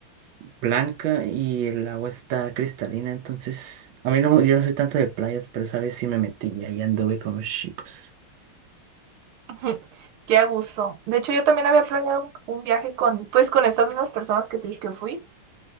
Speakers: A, on the right; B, on the right.
A: blanca y el agua está cristalina, entonces a mí no, yo no soy tanto de playas, pero sabes si me metí y ahí anduve con los chicos.
B: Ujú, Qué a gusto. De hecho, yo también había planeado un, un viaje con, pues, con estas mismas personas que te dije que fui.